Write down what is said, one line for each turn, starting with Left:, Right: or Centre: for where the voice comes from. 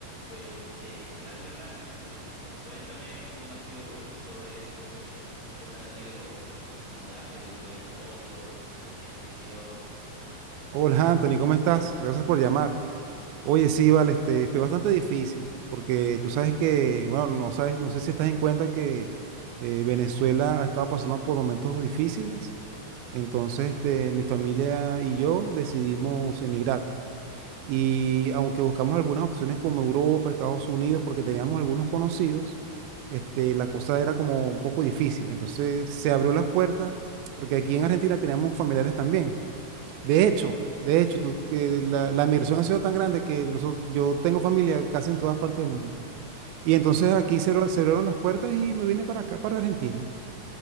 Left: Pues, eh, ¿qué tal, Jordan? Entonces, cuéntame cómo ha sido todo esto, eh, qué tal ha sido el mudarte de un país a otro, por qué sucedió.
Right: Hola Anthony, ¿cómo estás? Gracias por llamar. Oye, sí, vale, este, fue bastante difícil, porque
Left: Ujú,
Right: tú sabes que, bueno, no sabes, no sé si estás en cuenta que eh, Venezuela ha estado pasando por momentos difíciles. Entonces, este, mi familia y yo decidimos emigrar. pues. Y aunque buscamos algunas opciones como Europa, Estados Unidos, porque teníamos algunos conocidos, este,
Left: ujú,
Right: la cosa era como un poco difícil. Entonces, se abrió las puertas, porque aquí en Argentina teníamos familiares también.
Left: Ok,
Right: De hecho, de hecho, tú- eh, la, la migración ha sido tan grande que nosotros, yo tengo familia casi en todas partes del mundo. Y entonces
Left: claro,
Right: aquí se, abro- se abrieron las puertas y me vine para acá, para Argentina.